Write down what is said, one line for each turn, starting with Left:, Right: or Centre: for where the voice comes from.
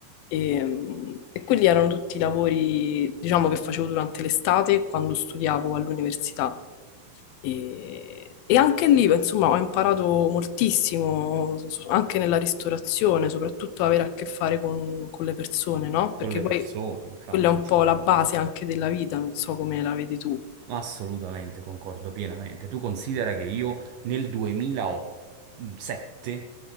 Left: e, mm, e quelli erano tutti i lavori, diciamo, che facevo durante l'estate quando studiavo all'università. E, e anche lì, beh, insomma, ho imparato moltissimo, so- so- anche nella ristorazione, soprattutto avere a che fare con, con le persone, no? Perché
Right: con le
Left: poi
Right: persone, infatti.
Left: quella è un po' la base anche della vita, non so come la vedi tu.
Right: Assolutamente, concordo pienamente. Tu considera che io nel 2007